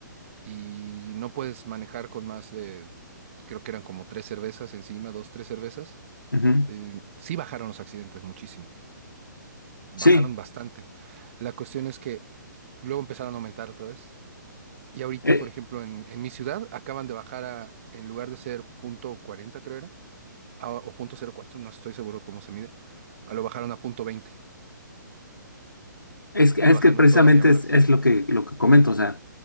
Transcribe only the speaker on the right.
y no puedes manejar con más de, creo que eran como tres cervezas encima, dos, tres cervezas.
eh, sí bajaron los accidentes muchísimo, bajaron
bastante. La cuestión es que luego empezaron a aumentar otra vez. Y ahorita,
por ejemplo, en, en mi ciudad acaban de bajar a, en lugar de ser punto 40 creo era, a- o punto cero cuatro, no estoy seguro cómo se mide, a lo bajaron a punto 20.
lo
bajaron
todavía más.